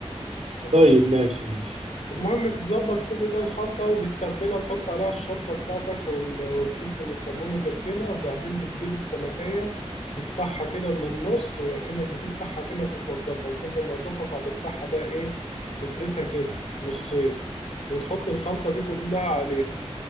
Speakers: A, on the left; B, on the right.
A: باخد
B: طيب ماشي ماشي
A: المهم بتظبط كل ده الخلطة وبتتبلها تحط عليها الشطة بتاعتك وال- والفلفل والكمون وتركنها وبعدين بتجيب السمكية تفتحها كده من النص وأكنك بتفتحها كأنك بتنضفها بس انت منضفها فهتفتحها بقى ايه تفردها كده نصين وتحط الخلطة دي كلها عليها